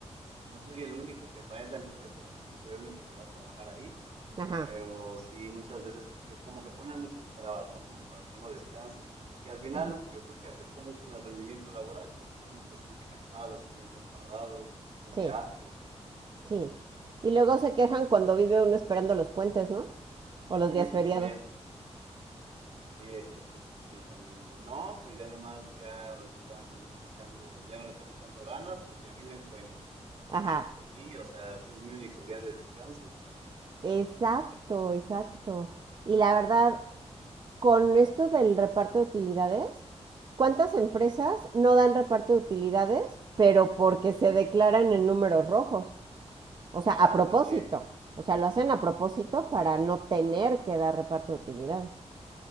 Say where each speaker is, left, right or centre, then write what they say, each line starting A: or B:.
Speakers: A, on the right (about 65°); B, on the right (about 40°).
A: no soy el único que va a esa empresa, o no soy el único que va a trabajar ahí.
B: ajá,
A: pero sí muchas veces que como que ponen muchas trabas, ¿no? Como para que uno descanse y al final
B: ujú.
A: yo creo que afecta mucho en el rendimiento laboral porque uno se siente cansado, se siente enfadado, se siente
B: Sí,
A: harto.
B: sí. Y luego se quejan cuando vive uno esperando los puentes, ¿no? O los
A: Mm,
B: días feriados.
A: también, sí, es cierto. Sí, también dicen, no, pues ya nomás ya le están echando, ya no le están echando ganas porque ya viene el puente.
B: Ajá,
A: Y tú, pues sí, o sea, pues es mi único día de descanso.
B: exacto, exacto. Y la verdad, con esto del reparto de utilidades, ¿cuántas empresas no dan reparto de utilidades, pero porque se declaran en números rojos? O sea,
A: Ah,
B: a propósito.
A: también.
B: O sea, lo hacen a propósito para no tener que dar reparto de utilidades.